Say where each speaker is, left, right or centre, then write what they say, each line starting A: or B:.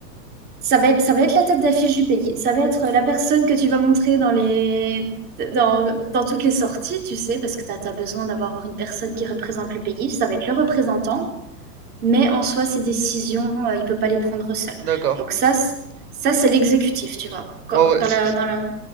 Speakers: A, on the right; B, on the right.
A: Ça va être, ça va être la tête d'affiche du pays. Ça va être euh, la personne que tu vas montrer dans les... Dans, dans toutes les sorties, tu sais, parce que tu as, besoin d'avoir une personne qui représente le pays. Ça va être le représentant mais en soi, ses décisions, euh, il peut pas les prendre seul.
B: D'accord.
A: Donc ça, c- ça c'est l'exécutif, tu vois. Quand-
B: Ouais, ouais,
A: Dans
B: je-
A: la,
B: je-
A: dans la,